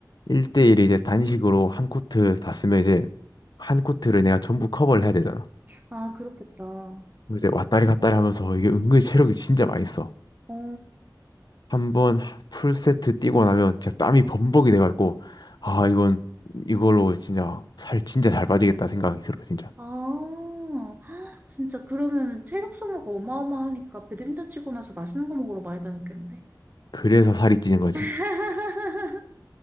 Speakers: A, on the left; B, on the right.
A: 1대1 이제 단식으로 한 코트 다 쓰면 이제 한 코트를 내가 전부 커버를 해야 되잖아
B: 아, 그렇겠다.
A: 그럼 이제 왔다리 갔다리 하면서 이게 은근히 체력이 진짜 많이 써
B: 어.
A: 한번 풀세트 뛰고 나면 진짜 땀이 범벅이 돼가지고 아 이건 이걸로 진짜 살 진짜 잘 빠지겠다 생각이 들어 진짜
B: 아, 헉, 진짜 그러면 체력 소모가 어마어마하니까 배드민턴 치고 나서 맛있는 거 먹으러 많이 다녔겠는데?
A: 그래서 살이 찌는 거지.
B: <laughs>